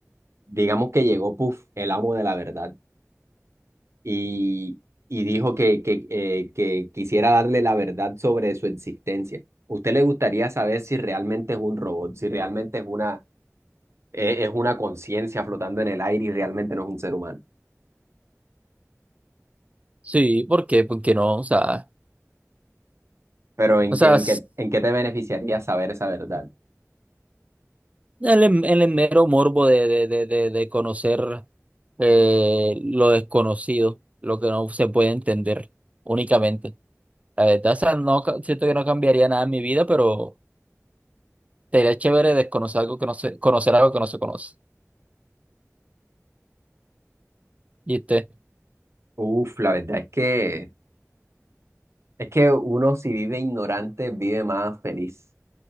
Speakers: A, on the right (about 60°); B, on the right (about 25°).
A: digamos que llegó Puff, el amo de la verdad, y, y dijo que, que, eh, que quisiera darle la verdad sobre su existencia. ¿Usted le gustaría saber si realmente es un robot, si realmente es una, eh, es una conciencia flotando en el aire y realmente no es un ser humano?
B: Sí, ¿por qué? Porque no, o sea,
A: Pero ¿en
B: o
A: qué,
B: sea,
A: en qué, en qué te beneficiaría saber esa verdad?
B: El, em- el mero morbo de, de, de, de, de conocer eh, lo desconocido, lo que no se puede entender únicamente. La verdad, o sea, no, ca- siento que no cambiaría nada en mi vida, pero sería chévere desconocer algo que no se, conocer algo que no se conoce. Y usted,
A: Uf, la verdad es que, es que uno si vive ignorante, vive más feliz.